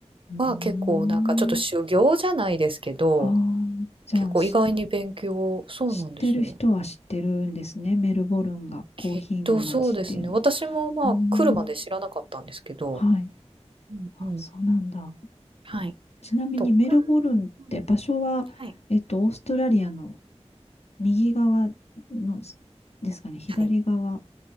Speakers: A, on the left (about 65°); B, on the right (about 50°).
A: うーん。
B: は結構なんかちょっと修行じゃないですけど、
A: ああじゃあし
B: 結構意外に勉強、そうなんですよ。
A: 知ってる人は知ってるんですね。メルボルンがコーヒーの街っていうの。
B: きっとそうですね。私もまあ来るまで知らなかったんですけど、
A: うーんはい。
B: うんうん。
A: あ、そうなんだ。
B: はい。
A: ちなみにメルボルンって場所は、
B: とか、うん。はい。
A: えっと、オーストラリアの右側のですかね、左側。
B: はい。